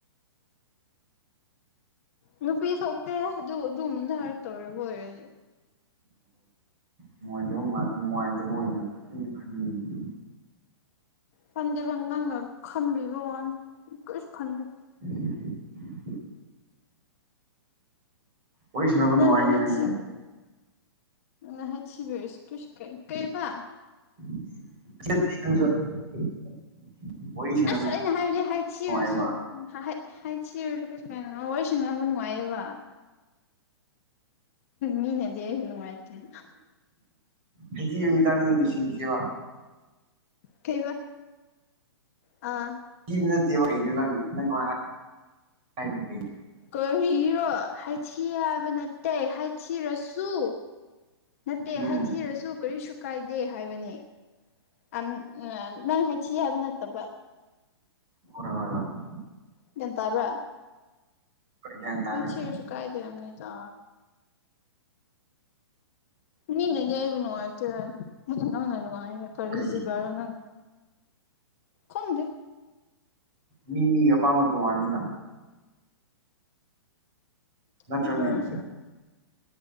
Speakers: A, on the left; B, on the right.
A: ꯅꯨꯄꯤ ꯁꯣꯛꯇꯦ ꯑꯗꯨ ꯑꯗꯨꯝꯗꯔ ꯇꯧꯔꯦ ꯑꯣꯏꯔꯗꯤ
B: ꯅꯨꯡꯉꯥꯏꯇꯕ ꯅꯨꯡꯉꯥꯏꯇꯕ ꯑꯣꯏꯅ ꯑꯩꯅ ꯈꯟꯅꯤꯡꯉꯤ
A: ꯈꯟꯗꯦ ꯅꯪꯅ ꯈꯟꯕꯤ ꯋꯥꯅꯤ ꯀꯩꯁꯨ ꯈꯟꯗ‌ꯦ
B: <inaudible> ꯋꯥꯔꯤ ꯁꯥꯟꯅꯕ
A: ꯅꯪꯅ
B: ꯅꯨꯡꯉꯥꯏꯅꯤ
A: <unintelligible>
B: ꯅꯪꯁꯦ
A: ꯑ ꯍꯁꯤꯕꯁ ꯇꯨ ꯀ ꯀꯩꯕ
B: <unintelligible> ꯁꯥꯟꯅꯕ
A: ꯑꯁ ꯑꯩꯅ ꯍꯥꯏꯕꯗꯤ ꯍꯥꯏꯊꯤꯔꯁꯨ
B: ꯅꯨꯡꯉꯥꯏꯕ
A: ꯎ ꯍ ꯍꯥꯏ ꯊꯤꯔꯁꯨ ꯀꯩꯁꯨ ꯀꯥꯏꯅꯣ ꯋꯥꯔꯤ ꯁꯅꯕ ꯅꯨꯡꯉꯥꯏꯌꯦꯕ ꯃꯤꯅꯗꯤ ꯑꯩꯕꯨ ꯅꯨꯡꯉꯥꯏꯇ‌ꯦ
B: ꯍꯥꯏꯗꯤ ꯅꯨꯃꯤꯗꯥꯡꯗ ꯂ‌ꯣꯏꯁꯤꯟꯈꯤꯒ‌‌ꯦꯕ
A: ꯀꯩꯕ ꯑꯥ
B: ꯀꯤꯕ ꯅꯠꯇꯦꯕ ꯀꯩꯅꯣ ꯅꯪ <inaudible> ꯀꯩꯅ‌ꯣ
A: ꯀꯔꯤꯔꯣ ꯍꯥꯏꯊꯤ ꯍꯥꯏꯕ ꯅꯠꯇꯦ ꯍꯥꯏꯊꯤꯔꯁꯨ ꯅꯠꯇꯦ
B: ꯎꯝ
A: ꯍꯥꯏꯊꯤꯔꯁꯨ ꯀꯔꯤꯁꯨ ꯀꯥꯏꯗꯦ ꯍꯥꯏꯕꯅꯦ ꯑꯝ ꯅꯪ ꯍꯥꯏꯊꯤ ꯍꯥꯏꯕ ꯅꯠꯇꯕ
B: ꯍꯣꯏ ꯍꯣꯏ ꯍꯣꯏ
A: ꯒ꯭ꯌꯥꯟ ꯇꯥꯕ꯭ꯔꯥ
B: ꯍꯣꯏ ꯒ꯭ꯌꯥꯟ ꯇꯥꯔꯦ
A: ꯍꯥꯏꯊꯤꯔꯁꯨꯨ ꯀꯥꯏꯗꯦ ꯍꯥꯏꯝꯅꯤꯗ ꯃꯤꯅꯗꯤ ꯑꯩꯕꯨ ꯅꯨꯡꯉꯥꯏꯇ‌ꯦ ꯅꯪꯅ ꯅꯨꯡꯉꯥꯏ ꯀꯔꯤ
B: ꯀꯩꯒꯤ
A: ꯖꯤꯕꯅ‌ꯣ ꯅꯪꯅ ꯈꯪꯗ‌ꯦ
B: ꯃꯤ ꯃꯤꯒꯤ ꯑꯄꯥꯝꯕ ꯇꯣꯡꯉꯥꯜꯂꯤꯅ ꯅꯠꯇ꯭ꯔꯣꯅꯦ
A: ꯎꯝ ꯑꯗꯨꯑꯣꯏꯁꯨ